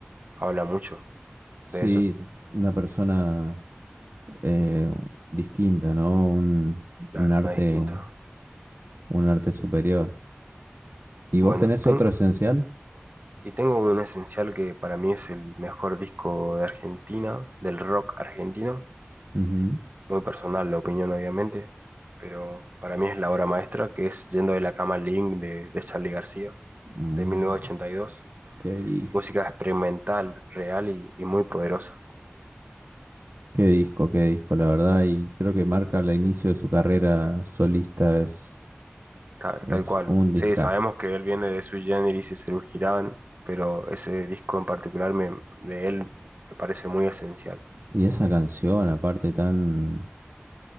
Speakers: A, on the right; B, on the right.
A: habla mucho
B: Sí,
A: de ella.
B: una persona eh, distinta, ¿no? Un,
A: Claro,
B: un arte,
A: una distinta.
B: un arte superior. ¿Y
A: Bueno,
B: vos tenés
A: tengo,
B: otro esencial?
A: y tengo un esencial que para mí es el mejor disco de Argentina, del rock argentino.
B: Ujú.
A: Muy personal la opinión, obviamente, pero para mí es la obra maestra que es Yendo de la cama al living de, de Charly García,
B: Mm,
A: de 1982.
B: qué disco,
A: música experimental, real y, y muy poderosa,
B: qué disco, qué disco, la verdad. Y creo que marca el inicio de su carrera solista, es,
A: tal,
B: es
A: tal cual.
B: un
A: Sí,
B: discazo.
A: sabemos que él viene de Sui Generis y Serú Girán, pero ese disco en particular me- de él me parece muy esencial.
B: Y esa canción, aparte, tan,